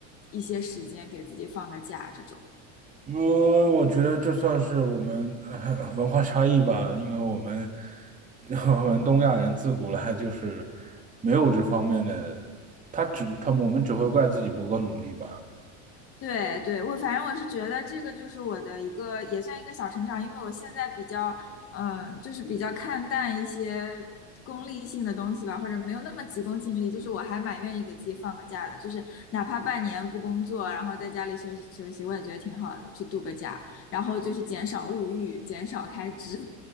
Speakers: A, on the left; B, on the right.
A: 一些时间给自己放个假这种。
B: 我我觉得这算是我们呃 <laughs> 文化差异吧，因为我们 <laughs> 我们东亚人自古来就是没有这方面的，他只他我们只会怪自己不够努力吧。
A: 对对，我反正我是觉得这个就是我的一个也算一个小成长，因为我现在比较，嗯、就是比较看淡一些功利性的东西吧，或者没有那么急功近利，就是我还蛮愿意给自己放个假的，就是哪怕半年不工作，然后在家里休息休息，我也觉得挺好的，去度个假，然后就是减少物欲，减少开支，